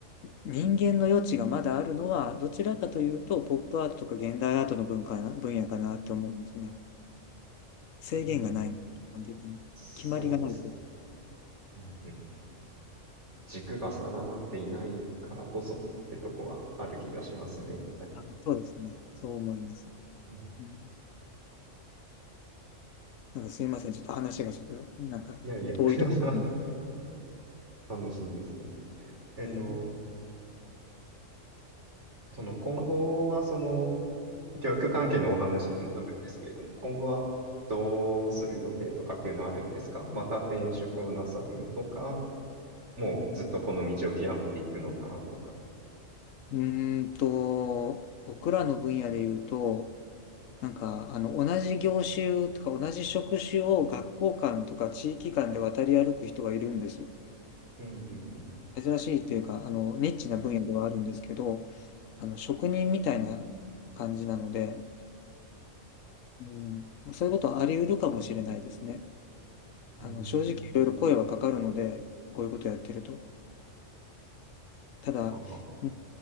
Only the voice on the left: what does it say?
人間の余地がまだあるのは、どちらかというと、ポップアートとか現代アートの文化な、分野かなって思うんですね。制限がない、
基本的に。
決まりがないと。
あ、そうですね。そう思います。
うん、なんかすいません。ちょっと話がちょっと、なんか遠いところに。
えー、
うーんと、僕らの分野で言うと、なんか、あの、同じ業種とか同じ職種を学校間とか地域間で渡り歩く人がいるんです。
珍しいっていうか、あの、ニッチな分野ではあるんですけど、あの、職人みたいな感じなので、うん、そういうことはあり得るかもしれないですね。
あの、正直いろいろ声はかかるので、
こういうことやってると。ただ、
うん